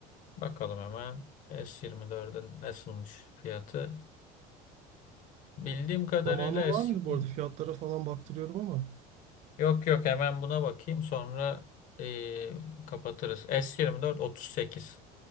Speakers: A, on the left (about 50°); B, on the right (about 45°).
A: Bakalım hemen S24'ün nasılmış fiyatı. Bildiğim kadarıyla
B: Zamanın var
A: S
B: mıydı
A: yirmi.
B: bu arada? Fiyatlara falan baktırıyorum ama.
A: Yok yok hemen buna bakayım sonra eee, kapatırız. S24 38.